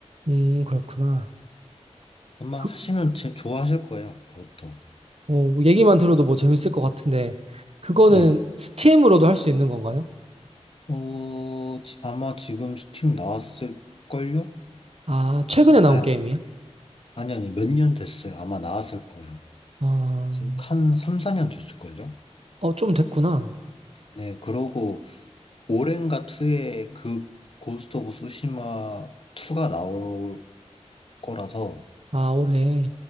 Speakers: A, on the right; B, on the left.
A: 음, 그렇구나.
B: 아마
A: 그,
B: 하시면 제- 좋아하실 거예요, 그것도.
A: 어, 뭐 얘기만 들어도 뭐 재밌을 것 같은데, 그거는
B: 네.
A: 스팀으로도 할 수 있는 건가요?
B: 어, 지- 아마 지금 스팀 나왔을걸요?
A: 아, 최근에
B: 어,
A: 나온
B: 아,
A: 게임이에요?
B: 아니, 아니, 몇 년 됐어요. 아마 나왔을 거예요.
A: 아,
B: 지금 한 3, 4년 됐을걸요?
A: 어, 좀 됐구나.
B: 네, 그러고 오렌가 2에 그 고스트 오브 소시마 2가 나올 거라서
A: 아, 올해.